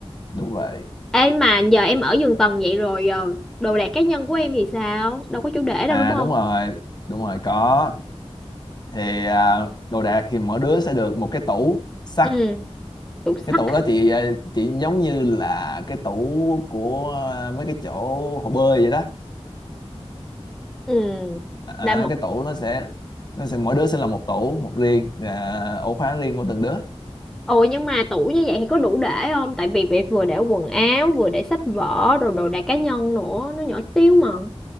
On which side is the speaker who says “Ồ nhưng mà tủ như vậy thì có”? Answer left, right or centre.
Centre